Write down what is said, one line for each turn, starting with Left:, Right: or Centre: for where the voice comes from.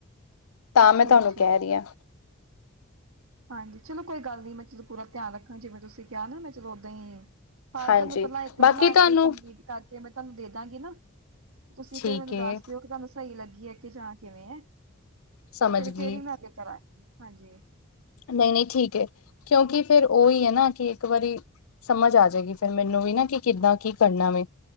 Left: ਤਾਂ ਮੈਂ
Right: ਠੀਕ,
Left: ਤੁਹਾਨੂੰ
Right: ਠੀਕ
Left: ਕਹਿ
Right: ਜੀ
Left: ਰਹੀ ਹਾਂ।
Right: ਹਾਂਜੀ ਚਲੋ ਕੋਈ ਗੱਲ ਨੀ ਮੈਂ ਚਲੋ ਪੂਰਾ ਧਿਆਨ ਰੱਖਾਂ, ਜਿਵੇਂ ਤੁਸੀਂ ਕਿਹਾ ਨਾ ਮੈਂ ਚਲੋ ਓਦਾਂ ਹੀ ਫਾਲ
Left: ਹਾਂਜੀ
Right: ਤੁਹਾਨੂੰ ਪਹਿਲਾਂ ਇੱਕ
Left: ਬਾਕੀ
Right: ਬਣਾ
Left: ਤੁਹਾਨੂੰ
Right: ਕੇ ਕੰਪਲੀਟ ਕਰਕੇ ਮੈਂ ਤੁਹਾਨੂੰ ਦੇ ਦਾਂਗੀ ਨਾ, ਤੁਸੀਂ
Left: ਠੀਕ
Right: ਫੇਿਰ ਮੈਨੂੰ
Left: ਹੈ
Right: ਦੱਸ ਦਿਓ ਕਿ ਤੁਹਾਨੂੰ ਸਹੀ ਲੱਗੀ ਹੈ ਕਿ ਜਾਂ ਕਿਵੇਂ ਹੈ,
Left: ਸਮਝ
Right: ਫਿਰ
Left: ਗਈ
Right: ਫੇਰ ਹੀ ਮੈਂ ਅੱਗੇ ਕਰਾਂਗੀ, ਹਾਂਜੀ।
Left: ਨਹੀਂ ਨਹੀਂ ਠੀਕ ਹੈ, ਕਿਉਂਕਿ ਫੇਿਰ ਉਹੀ
Right: ਹਾਂਜੀ
Left: ਹੈ ਨਾ ਕਿ ਇੱਕ ਵਾਰੀ ਸਮਝ ਆ ਜਾਏਗੀ ਫਿਰ ਮੈਨੂੰ ਵੀ ਨਾ, ਕਿ ਕਿੱਦਾਂ ਕੀ ਕਰਨਾ ਵੇ।